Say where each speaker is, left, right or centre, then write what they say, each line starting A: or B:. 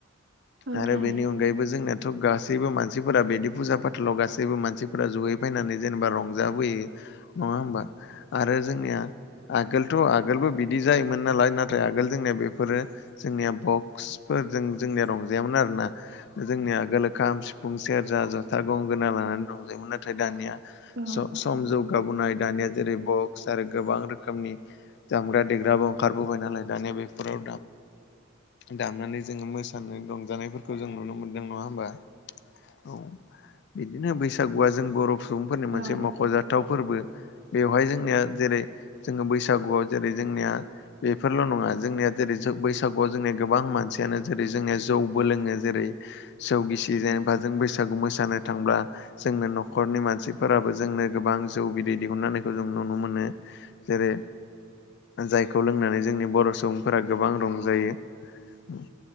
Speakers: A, on the right; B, on the left.
A: औ
B: आरो
A: थारैनो
B: बेनि अनगायैबो जोंनिया थ' गासैबो मानसिफोरा बिदि फुजा फाथालाव गासैबो मानसिफोरा जयै फैनानै जेनेबा रंजाबोयो। नङा होमबा। आरो जोंनिया आगोलथ' आगोलबो बिदि जायोमोन नालाय नाथाय आगोल जोंनिया बेफोर फोरो जोंनिया बक्सफोरजों जोंनिया रंजायामोन आरोना जोंनिया आगोलो खाम, सिफुं, सेरजा, जथा, गंगोना, लानानै दंजायोमोन। नाथाय दानिया
A: औ
B: सम जौगाबोनाय दानिया जेरै, बक्स, आरो गोबां रोखोमनि जामग्रा देग्राबो ओंखारबोबाय नालाय दानिया बे फोराव दामनानै जोङो मोसानाय रंजानायफोर जों नुनो मोनदों नङा हबा। औ बिदिनो बैसागुआ जों बर' सुबुंफोरनि मोनसे
A: औ
B: मख'जाथाव फोरबो बेवहाय जोंनिया जेरै, जो बैसाग बैसागुआव जेरै जोंनिया बेफोरल' नङा जोंनिया जेरै बैसागुआव जोंनिया गोबां मानसियानो जेरै जोङो जौबो लोङो जेरै जौ गिसि जेनेबा जों बैसागु मोसानो थांब्ला। जोंनो न'खरनि मानसिफोराबो जोंनो गोबां जौ बिदै दिहुननाहोनायखौ जों नुनो मोनो। जेरै जायखौ लोंनानै जोंनि बर' सुबुंफोरा गोबां रंजायो। औ।